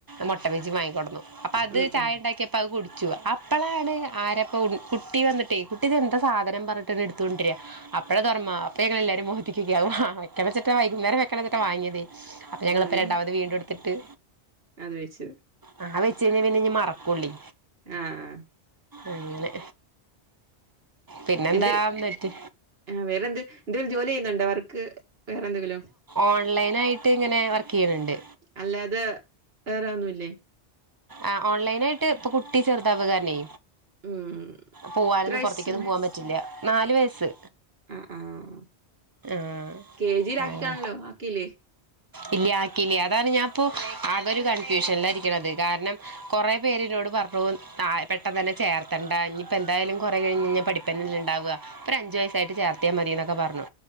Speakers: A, on the right; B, on the right.
A: മുട്ട ബജി വാങ്ങിക്കൊടന്നു അപ്പ അത്
B: ഉം
A: ചായണ്ടാക്ക്യപ്പത്
B: ഉം
A: കുട്ച്ചു അപ്പളാണ് ആര ഇപ്പ ഉൺ കുട്ടി വന്നിട്ടേ കുട്ടി ഇതെന്താ സാധനം പറഞ്ഞിട്ട് ഇത് എടുത്തോണ്ടര്യ. അപ്പഴ അതൊർമ അപ്പ ഞ്ഞങ്ങളെല്ലാരും മൊഖത്തെക്ക് നോക്കി അത് വാ വെക്ക്യണച്ച്ട്ടാ വൈകുന്നേരം വെക്കണെച്ച്ട്ടാ വാങ്ങ്യതേ. അപ്പ ഞങ്ങള്പ്പൊ
B: ഉം
A: രണ്ടാമത് വീണ്ടും എടുത്തിട്ട്.
B: അത് വെച്ചു.
A: ആഹ് അത് വെച്ച് കയ്ഞ്ഞ പിന്നെ ഇഞ് മറക്കുള്ളി.
B: ആഹ് ആഹ്.
A: അങ്ങനെ പിന്നെന്താ
B: എന്ത്
A: ഇന്നറ്റ്.
B: ആ വേറെന്ത് എന്തെലും ജോലി ചെയ്യുന്നുണ്ടോ വർക്ക് വേറെന്തെങ്കിലും.
A: ഓൺലൈനായിട്ട്ങ്ങനെ വർക്കെയ്യ്ണണ്ട്.
B: അല്ലാതെ വേറെ ഒന്നുല്ലേ.
A: ആഹ് ഓൺലൈനായിട്ട് ഇപ്പൊ കുട്ടി ചെറുതാവ കാരണെ
B: ഉം
A: പോവാനൊന്നും
B: എത്ര വയസ്സുണ്ട്
A: പുറത്തേക്കൊന്നും പോവാൻ പ റ്റില്ല നാല് വയസ്സ്.
B: ആഹ് ആഹ്
A: ആഹ്
B: കെ ജിയിലാക്കിക്കാണല്ലോ
A: ആഹ്.
B: ആക്കിയില്ലേ
A: ഇല്ല്യ ആക്കില്ല്യ അതാണ് ഞാപ്പൊ ആകൊരു കൺഫ്യൂഷൻല ഇരിക്ക്ണത് കാരണം. കുറെ പേര്നോട് പറഞ്ഞു ആ പെട്ടന്നെന്നെ ചേർത്തണ്ട ഇനിപ്പന്തായാലും കുറേ കഴിഞ്ഞയ്ഞ്ഞ പഠി പ്പന്നല്ലെ ഉണ്ടാവുക ഒരു അഞ്ച് വയസ്സായിട്ട് ചേർത്തിയാ മതിന്നൊക്കെ പറഞ്ഞു.